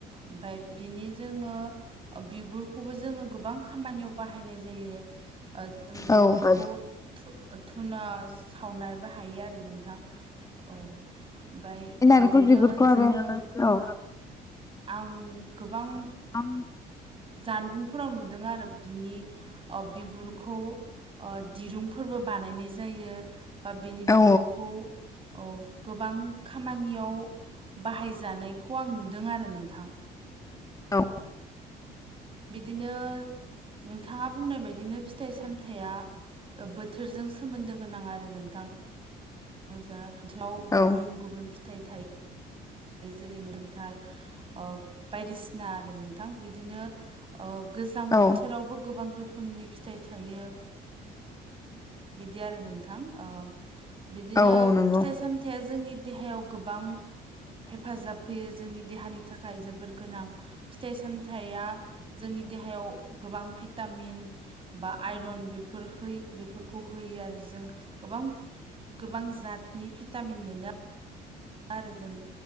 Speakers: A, on the right; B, on the left.
A: ओमफाय बिनि जोङो ओ बिगुरखौबो जोङो गोबां खामानियाव बाहायनाय जायो। ओ जों बेफोरखौ
B: औ
A: धु- धुना सो खावनायबो हायो आरो नोंथां औ। ओमफाय
B: बे नारेंखल
A: बिदिनो
B: बिगुरखौ
A: जोङो
B: आरो औ।
A: आं गोबां
B: आं
A: जानबुंफोराव नुदों आरो बिनि अबिगुरखौ अ दिरुंफोरबो बानायनाय जायो। बा बिनि बिगुरखौ
B: औ
A: औ गोबां खा खामानियाव बाहायजानायखौ आं नुदों आरो नोंथां।
B: औ
A: बिदिनो नोंथाङा बुंनाय बायदिनो फिथाइ सामथाइया। ओ बोथोरजों सोमोन्दो गोनां आरो नोंथां। ओजा बुथुमाव
B: औ
A: गुबुन गुबुन फिथाइ थायो। जेरै नोंथां अ बायदिसिना आरो नोंथां बिदिनो। अ गोजां
B: औ
A: बोथोरावबो गोबां रोखोम खोमनि फिथाइ थायो बिदि आरो नोंथां ओम बिदिनो
B: औ नंगौ
A: फिथाइ सामथाइया जोंनि देहायाव गोबां। हेफाजाब होयो जोंनि देहानि थाखाय जोबोर गोनां फिथाइ सामथाइया। जोंनि देहायाव गोबां भिटामिन। बा आइरन बेफोरखै बेफोरखौ होयो आरो जों गोबां गोबां जातनि भिटामिन मोनो आरो जों